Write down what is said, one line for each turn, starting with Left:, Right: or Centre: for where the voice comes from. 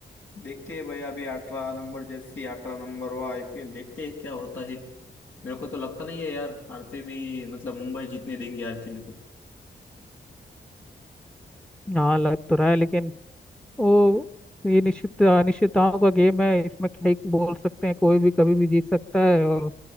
Left: देखते हैं भाई अभी अठारह नंबर जर्सी अठारह नंबर वो आईपीएल देखते हैं क्या होता है मेरे को तो लगता नहीं है यार आरसीबी मतलब मुंबई जीतने देंगे आरसीबी
Centre: हाँ लग तो रहा है लेकिन ओ ये निश्चित अनिश्चितताओं का गेम है इसमें क्या ही बोल सकते हैं कोई भी कभी भी जीत सकता है और